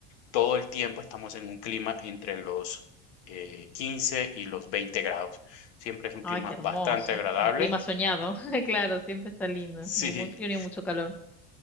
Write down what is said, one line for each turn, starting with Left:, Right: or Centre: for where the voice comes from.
Left: Todo el tiempo estamos en un clima entre los eh, 15 y los 20 grados. Siempre es un
Centre: Ay,
Left: clima
Centre: qué hermoso.
Left: bastante agradable.
Centre: Un clima
Left: <laughs>
Centre: soñado. <laughs> Claro, siempre está lindo.
Left: Sí,
Centre: Ni muy frío ni mucho calor.